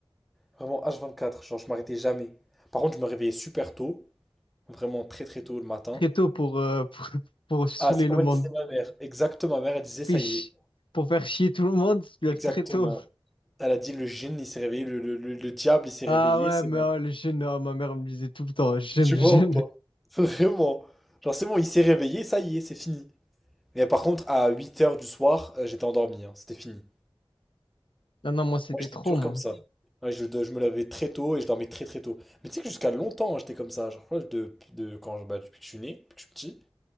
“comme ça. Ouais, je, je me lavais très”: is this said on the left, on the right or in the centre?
Centre